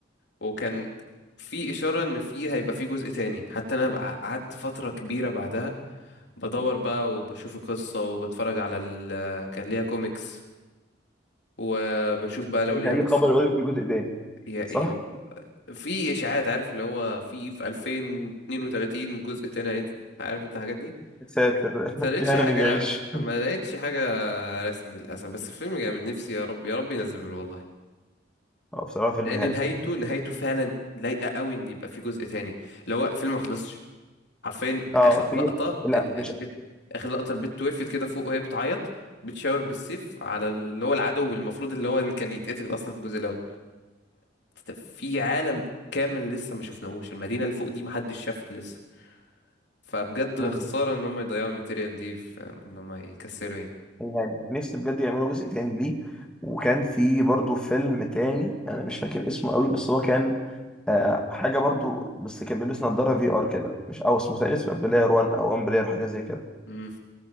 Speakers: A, on the left; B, in the centre.
A: وكان في إشارة إن في هيبقى في جزء تاني حتى أنا بقى- قعدت فترة كبيرة بعدها بدور بقى وبشوف القصة وبتفرج على ال... كان ليها كوميكس وبشوف بقى لو
B: إن
A: ليها
B: أي
A: قصة
B: خبر يقول إن في جزء تاني
A: يعني
B: صح؟
A: في إشاعات عارف اللي هو في في 2032 جزء تاني هينزل. عارف انت الحاجات دي
B: يا ساتر <laughs>
A: بس ما لقيتش
B: يا
A: حاجة
B: هنا من اللي يعيش
A: ما لقيتش حاجة رسمي للأسف بس الفيلم جامد نفسي يا رب يا رب ينزله له والله
B: أه بصراحة فيلم
A: لأن
B: هنا
A: نهايته نهايته فعلا لايقة قوي إن يبقى في جزء تاني لو هو الفيلم ما خلصش حرفيا
B: أه
A: آخر
B: في
A: لقطة
B: لا
A: ال-
B: مش
A: البت آخر لقطة البت وقفت كده فوق وهي بتعيط بتشاور بالسيف على اللي هو العدو المفروض اللي هو اللي كان يتقتل أصلا في الجزء الأول ففي عالم كامل لسه ما شفناهوش المدينة اللي فوق دي محدش شافها لسه فبجد
B: مم.
A: خسارة ان هم يضيعوا الماتيريال دي في ان هم يكسروا يعني
B: يعني نفسي بجد يعملوا جزء تاني ليه وكان في برضو فيلم تاني انا مش فاكر اسمه قوي بس هو كان آه حاجه برضو بس كان بيلبس نظاره في ار كده مش او اسمه تقريبا اسمه بلاير 1 او 1 بلاير حاجه زي كده
A: مم.